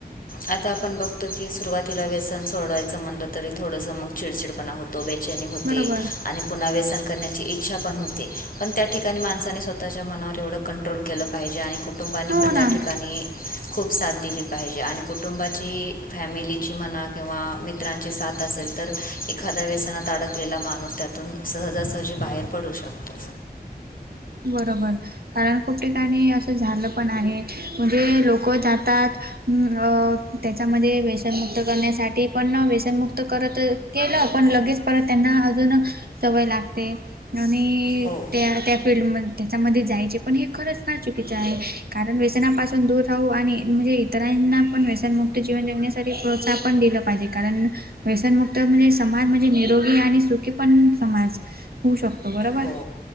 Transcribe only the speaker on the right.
बरोबर
हो
ना
बरोबर कारण खूप ठिकाणी असं झालं पण आहे म्हणजे लोक जातात. अ अ त्याच्यामध्ये व्यसनमुक्त करण्यासाठी पण व्यसनमुक्त करत. केलं पण लगेच परत त्यांना अजून सवय लागते. आणि
त्या त्या फिल्ड मध्ये त्याच्यामध्ये जायचे पण हे खरंच फार चुकीचं आहे कारण व्यसनापासून दूर राहू आणि म्हणजे. इतरांना पण व्यसनमुक्त जीवन जगण्यासाठी प्रोत्साहन पण दिलं पाहिजे कारण. व्यसनमुक्त म्हणजे समाज म्हणजे निरोगी आणि सुखी पण समाज होऊ शकतो. बरोबर